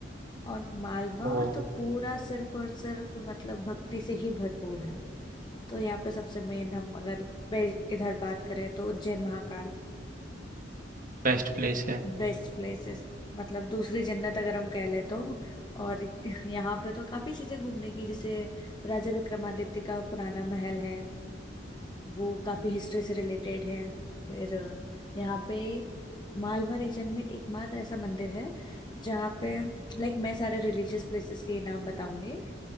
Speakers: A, on the left (about 25°); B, on the right (about 50°).
A: और मालवा
B: ओ
A: तो पूरा सिर्फ और सिर्फ मतलब भक्ति से ही भरपूर है तो यहाँ पे सबसे मेन हम अगर बे- इधर बात करें तो उज्जैन महाकाल
B: बेस्ट प्लेस है
A: बेस्ट प्लेसेस मतलब दूसरी जन्नत अगर हम कह ले तो और यहाँ पे तो काफी चीजें घूमने की जैसे राजा विक्रमादित्य का पुराना महल है वो काफी हिस्ट्री से रिलेटेड है फिर यहाँ पे मालवा रीजन में एकमात्र ऐसा मंदिर है जहाँ पे लाइक मैं सारे रिलीजियस प्लेसेस के नाम बताऊंगी